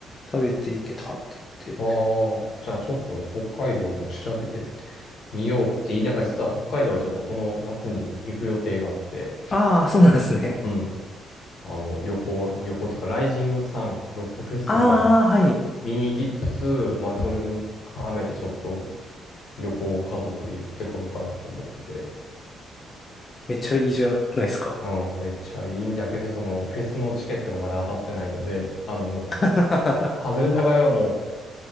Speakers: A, on the left; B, on the left.
A: 食べていけたって言って。
B: ああ。じゃあちょっと北海道も調べてみようって言いながら、実は北海道はちょっとこの夏に行く予定があって。
A: ああ、そうなんですね。
B: うんあの、旅行、旅行というか、ライジングサン、ロックフェスティバル
A: ああ、はい。
B: 見に行きつつ、まあ、それに絡めてちょっと旅行を家族で行ってこようかなと思ってて、
A: めっちゃいいじゃないですか。
B: うん、めっちゃいいんだけど、その、フェスのチケットがまだ当たってないので、あの、
A: <laughs>
B: 外れた場合はも